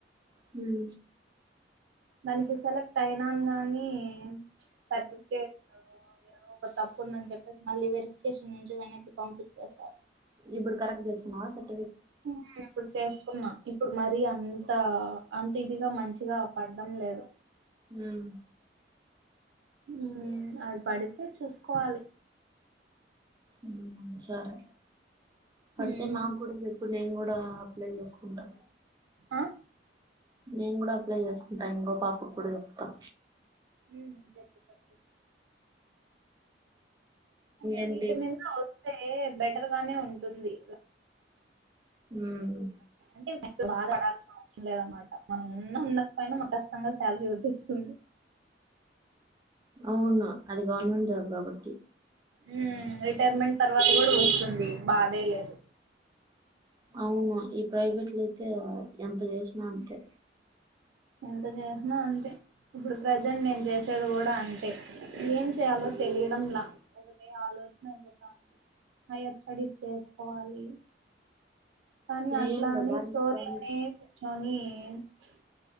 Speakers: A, on the right; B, on the right.
A: ఉ
B: దానికి సెలెక్ట్ అయినాను గాని సర్టిఫికేట్ ఏవో తప్పు ఉందని చెప్పేసి మళ్ళీ వెరిఫికేషన్ నుంచి వెనక్కి పంపించేస్తారు.
A: ఇప్పుడు కరెక్ట్ చేస్తున్నావా అసలు.
B: ఓకే ఇప్పుడు చేసుకున్నాం. ఇప్పుడు మరి అంత అంత ఇదిగా మంచిగా పడ్డం లేదు.
A: ఉమ్.
B: ఉమ్ అది పడితే చూసుకోవాలి.
A: ఉమ్ సరే. పడితే
B: మ్మ్
A: నాకు కూడా చెప్పు నేను కూడా అప్లై చేసుకుంటా.
B: ఆహ్.
A: నేను కూడా అప్లై చేసుకుంటా ఇంకో పాపకు కూడా చెప్తా.
B: ఉమ్ చెప్పు చెప్పు. అంటే
A: ఏంటి
B: వీటి మీద వస్తే బెటర్ గానే ఉంటుంది.
A: ఉమ్.
B: అంటే నెక్స్ట్ బాధ పడాల్సిన అవసరం లేదనమాట మనం ఉన్న ఉండకపోయినా కష్ట. కచ్చితంగా శాలరీ వచ్చేస్తుంది.
A: అవును అది గవర్నమెంట్ జాబ్ కాబట్టి.
B: ఉమ్ రిటైర్మెంట్ తర్వాత కూడా వస్తుంది బాదే లేదు.
A: అవును ఈ ప్రైవేట్లో అయితే ఎంత చేసినా అంతే.
B: ఎంత చేసిన అంతే ఇప్పుడు ప్రజెంట్ నేను చేసేది కూడా అం. అంతే ఏం చేయాలో తెలియడంలే ఒకటే ఆలోచన. అయిపోతాంది హైయర్ స్టడీస్ చేసుకోవాలి. కానీ
A: చేయాల
B: అట్లాని
A: దానికి
B: స్టోరీ
A: దానికి
B: లోనే కూర్చొని ప్చ్.